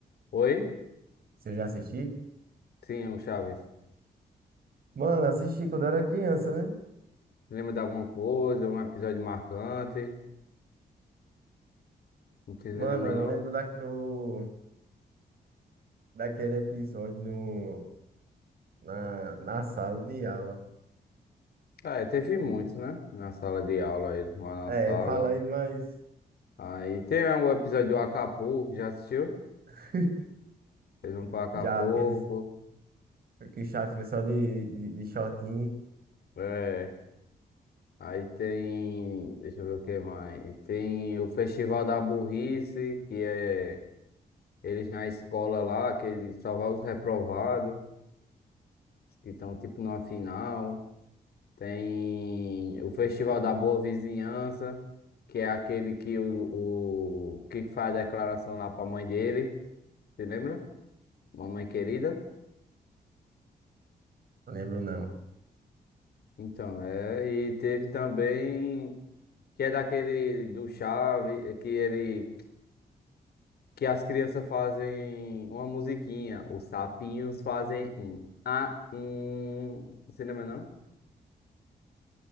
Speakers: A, on the left; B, on the right.
A: Oi?
B: Você já assistiu?
A: Sim, o Chaves.
B: Mano, assisti quando eu era criança, né?
A: Lembra de alguma coisa, um episódio marcante? Não se lembra,
B: Mano, eu
A: não?
B: lembro da, no, daquele episódio no, na, na sala de aula.
A: Ah, É, teve muitos, né? Na sala de aula, eles lá na
B: É,
A: sala.
B: fala aí mais.
A: Aí tem é, o episódio do Acapulco, já assistiu?
B: <laughs>
A: Eles vão pra Acapulco.
B: Já aqueles que o chaves fica só de, de, de shortinho,
A: É. Aí tem. Deixa eu ver o que mais. Tem o Festival da Burrice, que é eles na escola lá, que eles salvam os reprovados, que estão tipo numa final. Tem o Festival da Boa Vizinhança, que é aquele que o, o que faz a declaração lá pra mãe dele, você lembra? Mamãe querida.
B: não lembro não.
A: Então, é, e teve também que é daquele do Chave, é que ele que as crianças fazem uma musiquinha, os sapinhos fazem um ah, um, você lembra não?